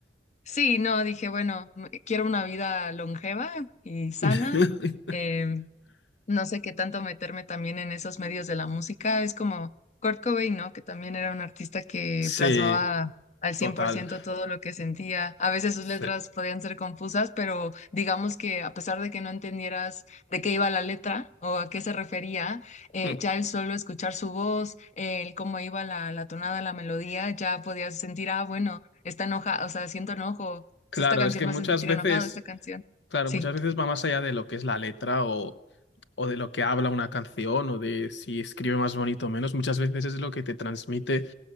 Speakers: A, on the left (about 40°); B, on the left (about 85°).
A: sí, no, dije, bueno, m- quiero una vida longeva y sana.
B: <laughs>
A: em, no sé qué tanto meterme también en esos medios de la música. Es como Kurt Cobain, ¿no? Que también era un artista que
B: Sí.
A: plasmaba al cien
B: Total.
A: por ciento todo lo que sentía. A veces sus
B: Sí.
A: letras podían ser confusas, pero digamos que a pesar de que no entendieras de qué iba la letra o a qué se refería, eh,
B: Mm.
A: ya el solo escuchar su voz, eh, el cómo iba la, la tonada, la melodía, ya podías sentir, ah, bueno, está enojado, o sea, siento enojo. O
B: Claro,
A: sea, esta canción
B: es que
A: me
B: muchas
A: hace sentir
B: veces,
A: enojado, esta canción.
B: claro,
A: Sí.
B: muchas veces va más allá de lo que es la letra o, o de lo que habla una canción o de si escribe más bonito o menos. Muchas veces es lo que te transmite,